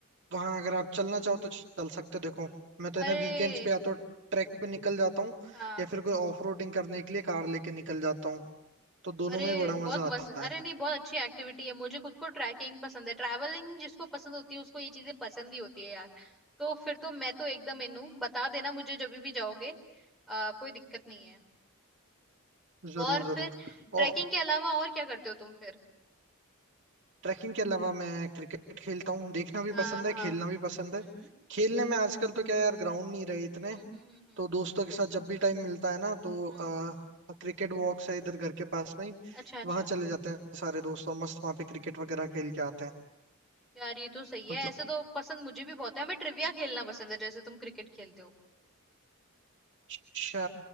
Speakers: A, on the right (about 55°); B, in the centre.
A: वहाँ अगर आप चलना चाहो तो चल सकते हो देखो मैं तो
B: अरे
A: है ना वीकेंड्स पे या तो ट्रैक पे निकल जाता हूँ
B: हाँ
A: या फिर कोई ऑफ रोडिंग करने के लिए कार लेके निकल जाता हूँ तो दोनों
B: अरे
A: में बड़ा
B: बहुत
A: मजा
B: मस्त
A: आता
B: अरे
A: है
B: नहीं बहुत अच्छी एक्टिविटी है मुझे खुद को ट्रैकिंग पसंद है ट्रैवलिंग जिसको पसंद होती है उसको ये चीजें पसंद ही होती है यार तो फिर तो मैं तो एकदम इन हूँ बता देना मुझे जब भी जाओगे आ, कोई दिक्कत नहीं है
A: जरूर
B: और
A: जरूर
B: फिर ट्रैकिंग
A: और
B: के अलावा और क्या करते हो तुम फिर
A: ट्रैकिंग के अलावा मैं क्रिकेट खेलता हूँ देखना भी
B: हाँ
A: पसंद
B: हाँ
A: है खेलना भी पसंद है
B: हम्म
A: खेलने में आजकल तो क्या यार ग्राउंड नहीं रहे इतने
B: हम्म हम्म हम्म हम्म
A: तो दोस्तों के साथ जब भी टाइम मिलता है ना तो
B: हम्म।
A: आ, क्रिकेट वॉक्स है इधर घर के पास में ही
B: अच्छा अच्छा
A: वहां चले जाते हैं सारे दोस्त और मस्त वहां पे क्रिकेट वगैरह खेल के आते हैं
B: यार ये तो सही है
A: मतलब
B: ऐसे तो पसंद मुझे भी बहुत है हमें ट्रिविया खेलना पसंद है जैसे तुम क्रिकेट खेलते हो
A: अच्छा